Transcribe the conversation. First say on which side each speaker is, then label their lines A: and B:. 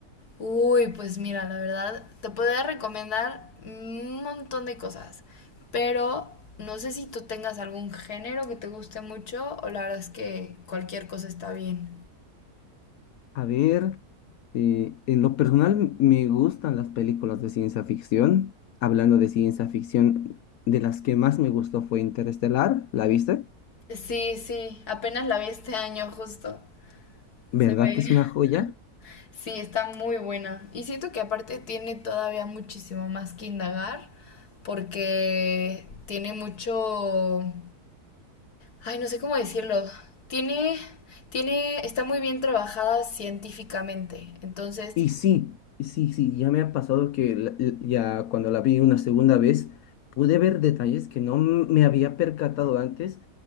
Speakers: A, on the left; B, on the left.
A: Uy, pues mira, la verdad, te podría recomendar un montón de cosas, pero no sé si tú tengas algún género que te guste mucho o la verdad es que cualquier cosa está bien.
B: A ver, eh, en lo personal me gustan las películas de ciencia ficción. Hablando de ciencia ficción, de las que más me gustó fue Interestelar, ¿la viste?
A: Sí, sí, apenas la vi este año justo.
B: ¿Verdad
A: Se ve.
B: que es una joya?
A: <laughs> Sí, está muy buena. Y siento que aparte tiene todavía muchísimo más que indagar porque tiene mucho Ay, no sé cómo decirlo. Tiene, tiene, está muy bien trabajada científicamente. Entonces,
B: Y sí, sí, sí, ya me ha pasado que la- l- ya cuando la vi una segunda vez pude ver detalles que no m- me había percatado antes